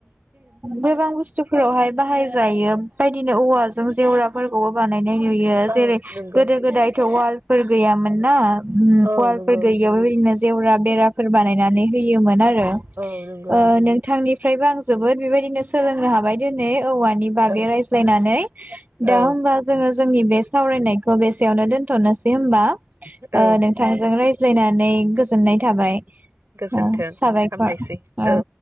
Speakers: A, on the right; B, on the right.
A: गोबां बुस्थुफोरावहाय बाहाय जायो बेदिनो औवाजों जे <unintelligible> नाय नुयो
B: औ
A: जेरै
B: नंगौ
A: गोदो गोदाय। वालफोर गैयामोन ना। उम
B: औ
A: फवालप
B: नंगौ
A: गैया इनो जेवरा बेराफोर बानायनानै होयोमोन आरो।
B: औ नंगौ।
A: ओ नोंथांनि। ओमफ्रायबो आं जोबोद बेबायदिनो सोलोंनो हाबाय दिनै। औवानि बागै
B: औ
A: रायज्लायनानै दा
B: औ
A: होमबा जोङो जोंनि बे सावरायनाय खौ बेसेयावनो दोनथ'नोसै हबा। ओ
B: औ
A: नोंथांजों रायज्लायनानै। नै गोजोननाय थाबाय।
B: गोजोन्थों
A: अ साबायखर
B: हामबायसै
A: अ।
B: औ।